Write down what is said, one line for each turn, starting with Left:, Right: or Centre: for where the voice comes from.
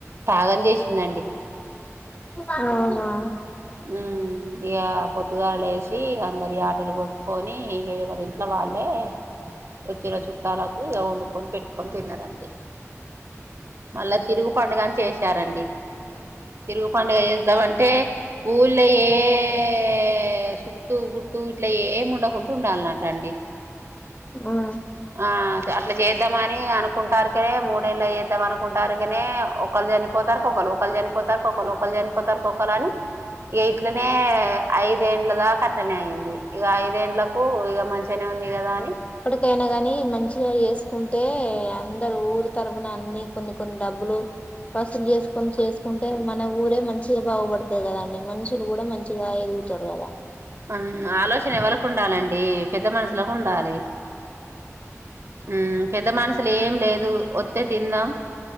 Right: తాగం చేసిందండి
Left: అవునా
Right: ఉమ్ ఇగ పొద్దుగాళ్లు లేసి అందరి యాటలు కొసుకోని ఇక ఎవరి ఇంట్లో వాళ్ళే వచ్చిన చుట్టాలకు ఇగ వండుకొని పెట్టుకొని తిన్నారండి మళ్ళా తిరుగు పండుగని చేసారండి తిరుగు పండుగ చేద్దామంటే ఊళ్ళోయే ఏ చుట్టు గుట్టు ఇట్లా ఏమి ఉండకుంటు ఉండాలన్నట అండి
Left: ఆ
Right: ఆ అట్లా చేద్దామ అని అనుకుంటారుకనే మూడేళ్ళ చేద్దాం అనుకుంటారుకనే ఒకళ్రు చనిపోతారుక ఒకరు ఒకళ్రు చనిపోతారు ఒకరు ఒకళ్రు చనిపోతారు ఒకరు అని ఏయట్లే ఏ ఐదేళ్ల దాకట్టనే అయింది ఇగ ఐదేన్లక్ ప్పు ఇగా మంచిగానే ఉంది కదా అని
Left: తేనె గాని మంచిగా చేసుకుంటే అందరు ఊరు తరపున అన్ని కొన్ని కొన్ని డబ్బులు వసూలు చేసుకొని చేసుకుంటే మన ఊరే మంచిగా బాగుపడుతుంది కదాండి మనుషులు కూడా మంచిగా ఎదుగుతారు కదా
Right: ఉమ్ ఆలోచన ఎవరికి ఉండాలండి పెద్ద మనషులకు ఉండాలి ఉమ్ పెద్ద మనుషులు ఏం లేదు వత్తే తిందాం